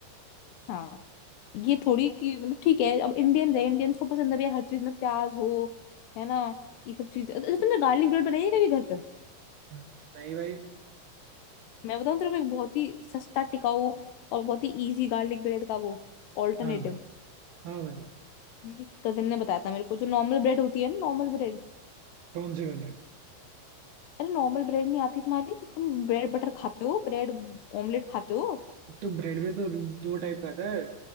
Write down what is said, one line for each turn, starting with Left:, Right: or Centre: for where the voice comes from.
Left: हाँ ये थोड़ी कि मतलब ठीक है अब इंडियन है इंडियंस को पसंद है भैया हर चीज में प्याज हो है ना ये सब चीजें अच्छा तुमने गार्लिक ब्रेड बनाई है कभी घर पे
Right: हम्म, नहीं भाई
Left: मैं बताऊं तेरे को एक बहुत ही सस्ता टिकाऊ और बहुत ही इजी गार्लिक ब्रेड का वो ऑल्टरनेटिव
Right: हाँ भाई हाँ भाई
Left: मेरी कजिन ने बताया था मेरे को जो नॉर्मल ब्रेड होती है ना नॉर्मल ब्रेड
Right: कौन सी वाली
Left: अरे नॉर्मल ब्रेड नहीं आती तुम्हारी जिस तुम ब्रेड बटर खाते हो ब्रेड ऑमलेट खाते हो
Right: तो ब्रेड में तो दो टाइप का आता है